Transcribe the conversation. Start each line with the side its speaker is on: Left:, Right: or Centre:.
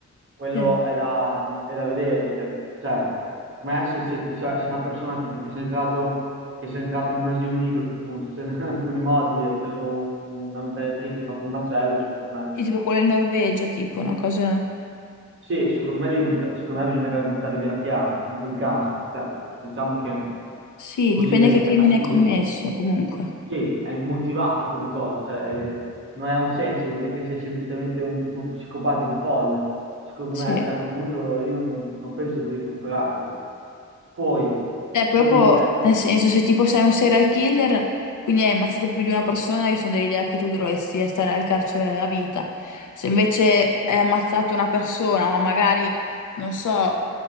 Right: Quello
Left: Sì.
Right: è da, è da vedere perché, cioè, secondo me se, se ti- cioè, se una persona tipo che sei entrato, che sei entrato in un asilo nido con s- <laughs> alcuni modi, hai preso una mitragliatrice, hai fatto un macello, secondo me
Left: Sì, tipo quello in Norvegia, tipo una cosa...
Right: sì, secondo me, devi butta- secondo me bisognerebbe buttare via la chiave, in quel caso. Cioè, diciamo che
Left: Sì,
Right: così
Left: dipende
Right: è,
Left: che crimine
Right: è pazzia,
Left: hai commesso, comunque.
Right: che è motivata come cosa, cioè, eh, non ha un senso, vuol dire che sei semplicemente un- uno psicopatico folle. Secondo
Left: Sì.
Right: me, cioè, a quel punto io non, non penso di recuperarti. Poi,
Left: Cioè, proprio,
Right: quindi eh,
Left: nel senso, se tipo sei un serial killer, quindi hai ammazzato più di una persona, io sono dell'idea che tu dovresti stare al carcere a vita. Se invece hai ammazzato una persona, ma magari, non so,